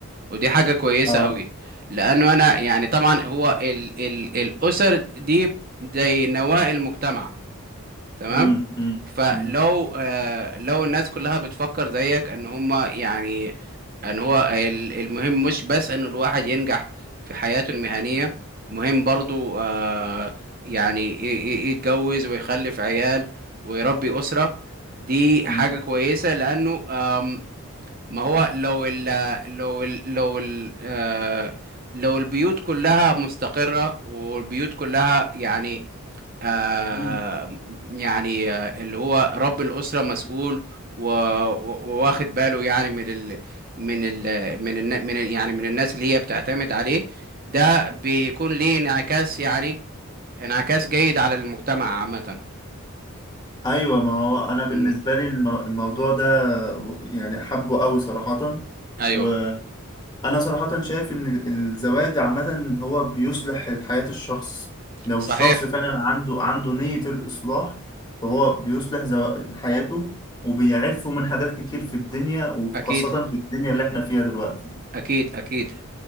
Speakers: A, on the right; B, on the left.
A: ودي حاجه كويسه
B: آه
A: قوي لانه انا يعني طبعا هو ال... ال... الاسر دي زي نواة المجتمع تمام
B: أمم، أمم،
A: فلو
B: أمم،
A: آه لو الناس كلها بتفكر زيك ان هما يعني ان هو ال- المهم مش بس ان الواحد ينجح في حياته المهنية مهم برضو آه يعني ي- ي- يتجوز ويخلف عيال ويربي أسرة دي
B: أمم،
A: حاجة كويسة لأنه آم، ما هو لو ال لو ال لو ال آه لو البيوت كلها مستقرة والبيوت كلها يعني آه
B: أمم.
A: يعني آه اللي هو رب الأسرة مسؤول و- و- وواخد باله يعني من ال من ال من ال من ال يعني من الناس اللي هي بتعتمد عليه ده بيكون ليه انعكاس يعني انعكاس جيد على المجتمع عامة
B: أيوة ما هو أنا بالنسبة
A: مم.
B: لي المو- الموضوع ده يعني حبه قوي صراحة
A: ايوه
B: و انا صراحة شايف ان ال- الزواج عامة هو بيصلح حياة الشخص لو
A: صحيح
B: الشخص فعلا عنده عنده نية الإصلاح فهو بيصلح زو... حياته وبيعفه من حاجات كتير في الدنيا وخاصة
A: اكيد
B: في الدنيا اللي احنا فيها دلوقتي
A: اكيد اكيد